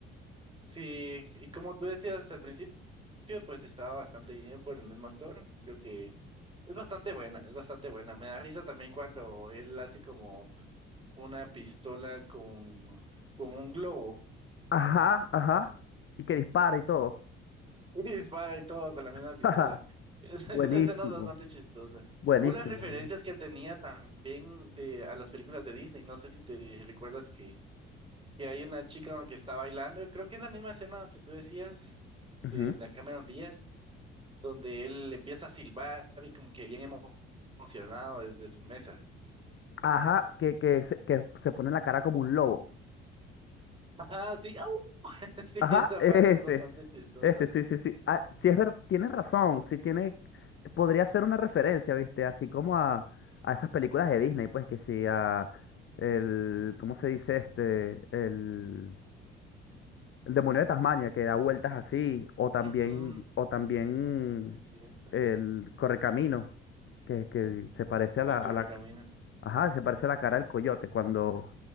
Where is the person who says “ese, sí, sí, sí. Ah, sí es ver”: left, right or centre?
Left